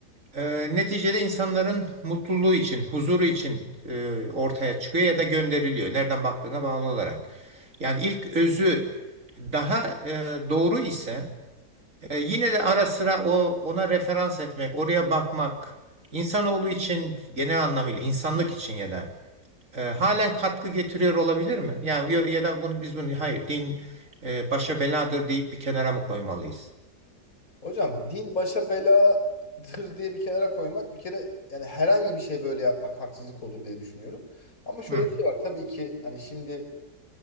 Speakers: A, on the right; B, on the left.
A: Ee, neticede insanların mutluluğu için, huzuru için e, ortaya çıkıyor ya da gönderiliyor. Nereden baktığına bağlı olarak. Yani ilk özü daha e, doğru ise e, yine de ara sıra o ona referans etmek, oraya bakmak insanoğlu için genel anlamıyla insanlık için ya da e, halen katkı getiriyor olabilir mi? Yani ya, ya da bunu biz bunu hayır din e, başa beladır deyip bir kenara mı koymalıyız?
B: Hocam din başa beladır diye bir kenara koymak bir kere yani herhangi bir şeye böyle yapmak haksızlık olur diye düşünüyorum. Ama şöyle
A: Hı,
B: bir şey var. Tabii ki hani şimdi